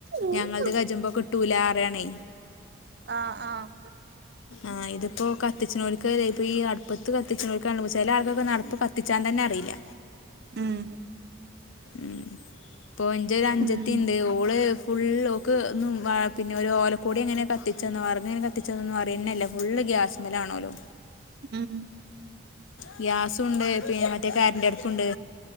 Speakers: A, on the right (about 55°); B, on the left (about 80°).
A: ഉം
B: ഞങ്ങളത് കജ്ജുമ്പോ കിട്ടൂല പറയാണേ
A: ആഹ് ആഹ്
B: ആഹ് ഇതിപ്പോ കത്തിച്ണോൽക്കല്ലെ ഇപ്പൊ ഈ അടുപ്പത്ത് കത്തിച്ചണോ ചെല ആർക്കൊക്കെ അടുപ്പ് കത്തിച്ചാൻ തന്നെ അറിയില്ല
A: ഉം
B: ഉം ഇപ്പൊ എന്റെ ഒരു അനുജത്തിയുണ്ട്
A: ഉം
B: ഓള് ഫുള്ളും ക്കും പിന്നെ ഒരു ഓലക്കൂടി എങ്ങനെ പിച്ചന്ന് പറഞ്ഞ് ഒരു കത്തി കത്തിച്ചതന്നന്ന് പറയുന്നല്ലേ ഫുള്ള് ഗ്യാസ്സ്മെൽ ആണോല്ലോ
A: മ്മ്
B: ഗ്യാസുണ്ട് പിന്നെ മറ്റേ കറൻ്റ് അടുപ്പുണ്ട്